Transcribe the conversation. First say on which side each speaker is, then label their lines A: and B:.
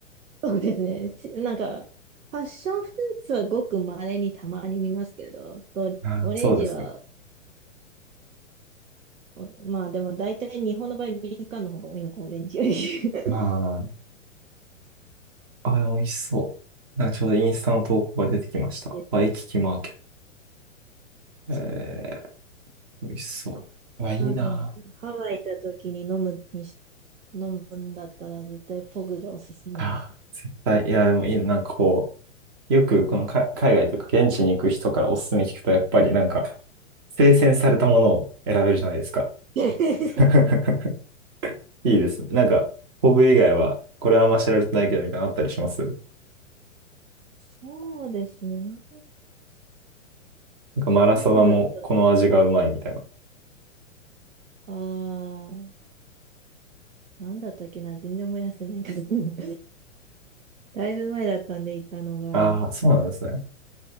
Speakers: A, on the right; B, on the right.
A: そうですね。しなんか、パッションフルーツはごく稀にたまに見ますけど、とオレンジは、
B: あーそうですね。
A: おまあでも大体日本の場合、みかんの方が多いのか、オレンジより。<laughs>
B: あーあー、美味しそう。なんかちょうどインスタの投稿が出てきました。
A: で
B: ワイキキマーケット。えー、美味しそう。うわ、いいな
A: うんハワイ行った時に飲むにし、飲むんだったら絶対ポグがおすすめです。
B: あ。あー、いや、でもいいな。なんかこう、よくこのか海外というか現地に行く人からおすすめ聞くと、やっぱりなんか、精選されたものを選べるじゃないですか。
A: <laughs>
B: <laughs> いいですね。なんか、ホグ以外は、これはあんま知られてないけどみたいなのあったりします。な
A: そうですね。な、
B: んかマラサダもこの味がうまいみたいな。
A: なんだった、ああ、なんだったっけな、全然思い出せないけど。<laughs> だいぶ前だったんで行ったのが、
B: ああ、そうなんですね。